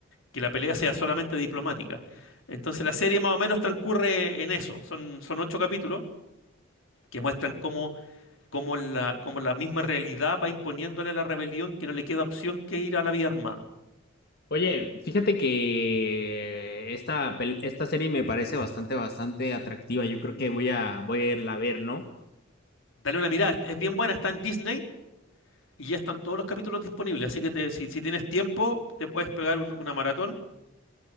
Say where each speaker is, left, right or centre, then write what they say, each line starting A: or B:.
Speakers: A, on the left (about 75°); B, on the left (about 50°).
A: que la pelea sea solamente diplomática. Entonces la serie más o menos transcurre en eso. Son, son ocho capítulos que muestran cómo, cómo la, cómo la misma realidad va imponiéndole a la rebelión que no le queda opción que ir a la vía armada.
B: Oye, fíjate que esta, pel- esta serie me parece bastante, bastante atractiva. Yo creo que voy a, voy a irla a ver, ¿no?
A: Dale una mirada, es, es bien buena, está en Disney y ya están todos los capítulos disponibles. Así que te- si, si tienes tiempo, te puedes pegar un- una maratón